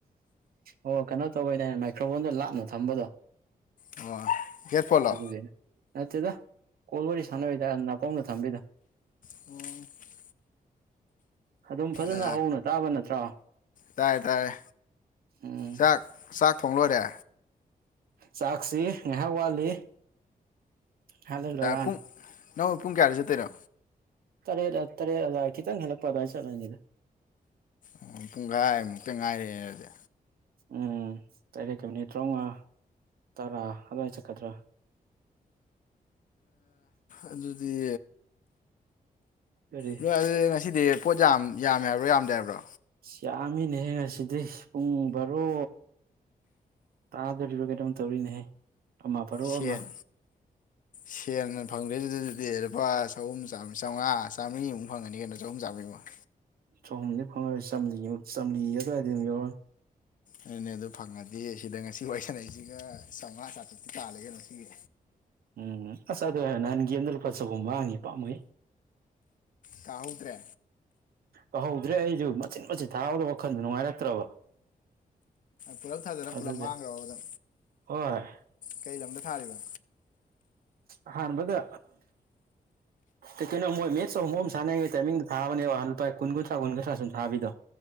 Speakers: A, on the right; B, on the left.
A: ꯑꯣ ꯀꯩꯅꯣ ꯇꯧꯕꯩꯅꯦ ꯃꯥꯏꯀ꯭ꯔꯣꯐꯣꯟꯗꯣ ꯂꯥꯞꯅ ꯊꯝꯕꯗꯣ
B: ꯑꯣ ꯍꯦꯠꯐꯣꯟꯂꯣ
A: ꯑꯗꯨꯒꯤ ꯅꯠꯇꯦꯗ ꯀꯣꯜ ꯋꯥꯔꯤ ꯁꯥꯟꯅꯕꯩꯗ ꯅꯥꯀꯣꯡꯗ ꯊꯝꯕꯤꯗꯣ
B: ꯑꯣ
A: ꯑꯗꯨꯝ ꯐꯖꯅ
B: ꯑ
A: ꯍꯧꯅ ꯇꯥꯕ ꯅꯠꯇ꯭ꯔꯣ
B: ꯇꯥꯏꯌꯦ ꯇꯥꯏꯌꯦ
A: ꯎꯝ
B: ꯆꯥꯛ ꯆꯥꯛ ꯊꯣꯡ ꯂꯣꯏꯔꯦ
A: ꯆꯥꯛꯁꯤ ꯉꯥꯏꯍꯥꯛ ꯋꯥꯠꯂꯤ ꯉꯥꯏꯍꯥꯛ ꯂꯩ ꯂꯣꯏꯔꯛꯑꯅꯤ
B: ꯄꯨꯡ ꯅꯪꯅ ꯄꯨꯡ ꯀꯌꯥꯗꯩꯩ ꯆꯠꯇꯣꯏꯅꯣ
A: ꯇꯔꯦꯠ ꯇꯔꯦꯠ ꯑꯗꯥꯏ ꯈꯤꯇꯪ ꯍꯦꯜꯂꯛꯄ ꯑꯗꯨꯋꯥꯏ ꯆꯠꯂꯅꯤꯗ
B: ꯑꯣ ꯄꯨꯡꯈꯥꯏꯃꯨꯛꯇ ꯉꯥꯏꯔꯦꯅꯦ ꯑꯗꯨꯗꯤ
A: ꯎꯝ ꯇꯔꯦꯠꯀ ꯃꯤꯠꯅꯤꯠ ꯇꯔꯥꯃꯉꯥ ꯇꯔꯥ ꯑꯗꯨꯋꯥꯏ ꯆꯠꯀꯗ꯭ꯔꯥ
B: ꯑꯗꯨꯗꯤ
A: ꯎ
B: ꯅꯣꯏ ꯉꯁꯤꯗꯤ ꯄꯣꯠ ꯌꯥꯝ ꯌꯥꯝꯃꯦ ꯍꯥꯏꯕ꯭ꯔꯣ ꯌꯥꯝꯗ꯭ꯔ ꯍꯥꯏꯕ꯭ꯔꯣ
A: ꯑꯁ ꯌꯥꯝꯃꯤꯅꯦꯍꯌꯦ ꯉꯁꯤꯗꯤ ꯄꯨꯡ ꯕꯥꯔꯣ ꯇꯥꯗꯣꯔꯤꯕ ꯀꯩꯅꯣꯝ ꯇꯧꯔꯤꯅꯦꯍꯦ ꯑꯃ ꯕꯥꯔꯣ
B: ꯁꯠ
A: ꯑꯃ
B: ꯁꯦꯝꯅ ꯐꯪꯗꯦꯗꯨꯗꯗꯨꯗꯤ ꯂꯨꯄꯥ ꯆꯍꯨꯝ ꯆ ꯆꯥꯝꯃꯉꯥ ꯆꯥꯝꯃꯔꯤꯃꯨꯛ ꯐꯪꯒꯅꯤ ꯀꯩꯅꯣ ꯆꯍꯨꯝ ꯆꯥꯝꯔꯤꯃꯨꯛ
A: ꯆꯍꯨꯝꯗꯤ ꯐꯪꯉꯔꯣꯏ ꯆꯝ ꯆꯝꯂꯤꯒꯤ ꯑꯗꯨꯋꯥꯏꯗ ꯑꯗꯨꯝ ꯌꯥꯧꯔꯅꯤ
B: ꯑꯗꯨꯅꯦ ꯑꯗꯨꯣ ꯐꯪꯉꯗꯤ ꯁꯤꯗ ꯉꯁꯤ ꯋꯥꯔꯤꯁꯥꯟꯂꯛꯏꯁꯤꯒ ꯆꯥꯝꯃꯉꯥ ꯆꯥꯇ꯭ꯔꯨꯛꯇꯤ ꯇꯥꯜꯂꯒꯦ ꯉꯣ ꯁꯤꯒꯤ
A: ꯎꯝ ꯑ ꯑꯗꯨ ꯅꯍꯥꯟꯒꯤꯦꯝꯗ ꯂꯨꯄꯥ ꯆꯍꯨꯝ ꯃꯥꯡꯉꯤ ꯄꯥꯝꯃꯩ
B: ꯀꯥꯍꯧꯗ꯭ꯔꯦ
A: ꯇꯧꯍꯧꯗ꯭ꯔꯦ ꯑꯩꯁꯨ ꯃꯆꯤꯠ ꯃꯆꯤꯠ ꯊꯥꯗꯕ ꯋꯥꯈꯜꯗꯣ ꯅꯨꯡꯉꯥꯏꯔꯛꯇ꯭ꯔꯕ
B: ꯄꯨꯂꯞ ꯊꯥꯖꯜꯂꯒ
A: ꯑꯗꯨꯒꯤ
B: ꯄꯨꯂꯞ ꯃꯥꯡꯈꯔ꯭ ꯕ ꯑꯗꯣ
A: ꯍꯣꯏ
B: ꯀꯩ ꯂꯝꯗ ꯊꯥꯔꯤꯕ
A: ꯑꯍꯥꯟꯕꯗ ꯀꯩꯀꯩꯅꯣ ꯃꯣꯏ ꯃꯦꯁ ꯑꯃ ꯁꯥꯟꯅꯩ ꯇꯥꯏꯃꯤꯡꯗ ꯊꯕꯅꯦꯕ ꯂꯨꯄꯥ ꯀꯨꯟ ꯀꯨꯟꯊ꯭ꯔꯥ ꯁꯨꯝ ꯊꯕꯤꯗꯣ